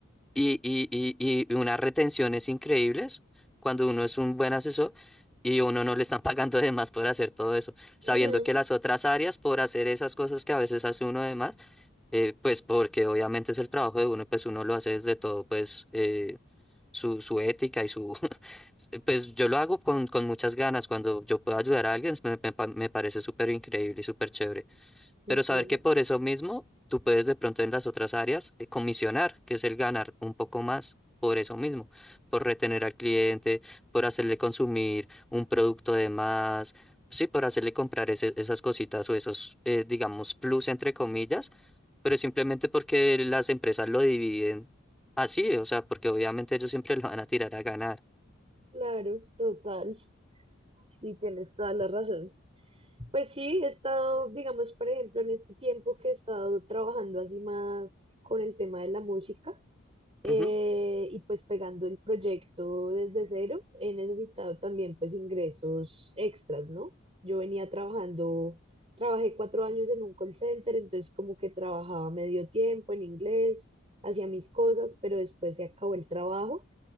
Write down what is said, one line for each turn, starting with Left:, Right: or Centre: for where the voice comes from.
Centre: y, y, y, y unas retenciones increíbles cuando uno es un buen asesor y uno no le están <laughs> pagando de más por hacer todo eso, sabiendo
Right: Ujú.
Centre: que las otras áreas por hacer esas cosas que a veces hace uno de más, eh, pues porque obviamente es el trabajo de uno, y pues uno lo hace desde todo, pues eh, su, su ética y su... <laughs> Pues yo lo hago con, con muchas ganas, cuando yo puedo ayudar a alguien, me, me pa- me parece súper increíble y súper chévere
Right: Ujú,
Centre: pero saber que por eso mismo tú puedes de pronto en las otras áreas eh, comisionar, que es el ganar un poco más por eso mismo, por retener al cliente, por hacerle consumir un producto de más, sí, por hacerle comprar ese- esas cositas o esos, eh, digamos, plus entre comillas, pero simplemente porque las empresas lo dividen así, o sea, porque obviamente ellos siempre lo van a tirar a ganar.
Right: Claro, total, y tienes toda la razón. Pues sí, he estado, digamos, por ejemplo, en este tiempo que he estado trabajando así más con el tema de la música eh,
Centre: Ujú,
Right: y pues pegando el proyecto desde cero, he necesitado también pues ingresos extras, ¿no? Yo venía trabajando, trabajé cuatro años en un call center, entonces como que trabajaba medio tiempo en inglés, hacía mis cosas, pero después se acabó el trabajo.